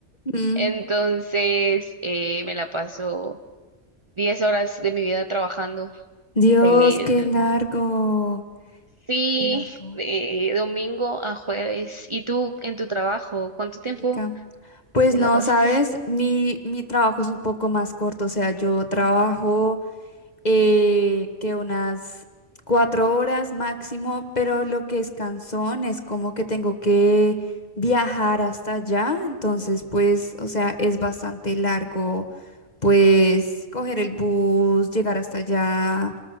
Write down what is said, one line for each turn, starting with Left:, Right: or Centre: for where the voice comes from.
Left: Mm,
Right: Entonces, eh, me la paso 10 horas de mi vida trabajando.
Left: Dios,
Right: Eh,
Left: qué largo,
Right: sí,
Left: qué largo,
Right: de domingo a jueves. ¿Y tú en tu trabajo, cuánto tiempo
Left: chica. Pues
Right: te
Left: no,
Right: la pasas?
Left: sabes, mi, mi trabajo es un poco más corto, o sea, yo trabajo eh, que unas cuatro horas máximo, pero lo que es cansón es como que tengo que viajar hasta allá, entonces pues, o sea, es bastante largo pues coger el bus, llegar hasta allá